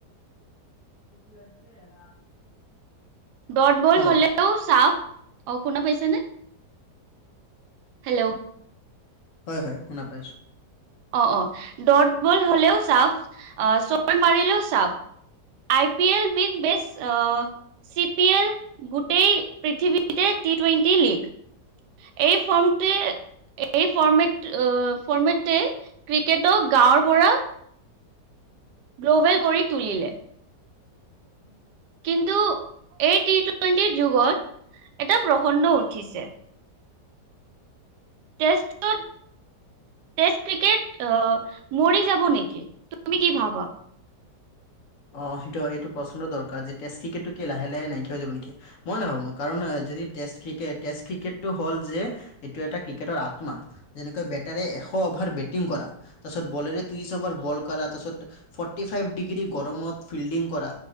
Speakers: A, on the left (about 60°); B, on the right (about 75°).
A: <unintelligible>
B: ডত বল
A: হেল্ল'
B: হলেও চাব, অ', শুনা পাইছেনে? হেল্ল'?
A: হয়, হয়, শুনা পাই আছো।
B: অ', অ', ডট বল হলেও চাব, আহ ছয় মাৰিলেও চাব। আই পি এল বিধ বেছ অ' চি পি এল, গোটেই পৃথিৱীতে টি টুৱেণ্টি লীগ। এই ফৰ্মটিৰ এই ফৰ্মেট, ফৰ্মেটে ক্ৰিকেটক গাঁৱৰ পৰা গ্ল'ভেল কৰি তুলিলে।
A: <unintelligible>
B: কিন্তু এই টি টুৱেণ্টিৰ যুগত এটা প্ৰসন্ন উঠিছে। টেষ্টত টেষ্ট ক্ৰিকেট আহ' মৰি যাব নেকি, তুমি কি ভাবা? <unintelligible>
A: অঁ' সেইটো হয়, সেইটো প্ৰশ্ন দৰকাৰ যে টেষ্ট ক্ৰিকেটটো কি লাহে লাহে নাইকিয়া হৈ যাব নেকি। মই নাভাবোঁ কাৰণ যদি টেষ্ট ক্ৰিকেট, টেষ্ট ক্ৰিকেটটো হ'ল যে এইটো এটা ক্ৰিকেটৰ আত্মা, যেনেকৈ বেটাৰে এশ অভাৰ বেটিং কৰা তাৰপিছত বলেৰে ত্ৰিছ অভাৰ বল কৰা, তাৰপিছত ফৰ্টি ফাইভ ডিগ্ৰী গৰমত ফিল্ডিং কৰা।